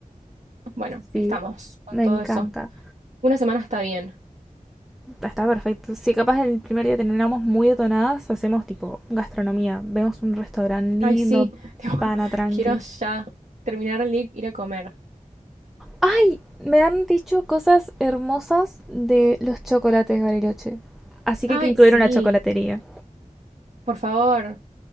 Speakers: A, on the right; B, in the centre.
A: Bueno,
B: sí,
A: estamos con
B: me
A: todo
B: encanta.
A: eso. Una semana está bien.
B: está perfecto. Sí, capaz el primer día terminamos muy detonadas, hacemos tipo gastronomía, vemos un restaurante lindo,
A: Ay, sí, <laughs> tipo,
B: pana tranqui.
A: quiero ya terminar el lic, ir a comer.
B: ¡Ay! Me han dicho cosas hermosas de los chocolates Bariloche. Así que
A: Ay,
B: hay que incluir
A: sí,
B: una chocolatería.
A: por favor.